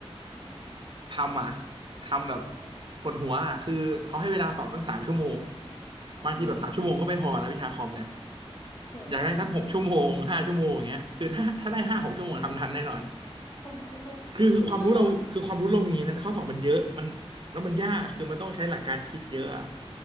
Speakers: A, on the right (about 50°); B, on the left (about 35°).
A: ทำอ่ะทำแบบปวดหัวอ่ะคือเขาให้เวลาสอบตั้งสามชั่วโมง
B: ๆอืม
A: บางทีแบบสามชั่วโมงก็ไม่พอนะวิชาคอมเนี่ย
B: โห
A: อยากได้สักหกชั่วโมงห้าชั่วโมงอย่างเงี้ยคือถ้าถ้าได้ห้าหกชั่วโมงทำทันแน่นอน
B: โอ้โห
A: คือความรู้เราคือความรู้เรามีนะแต่ข้อสอบมันเยอะมันแล้วมันยากคือมันต้องใช้หลักการคิดเยอะอะ
B: คือข้อสอบมัน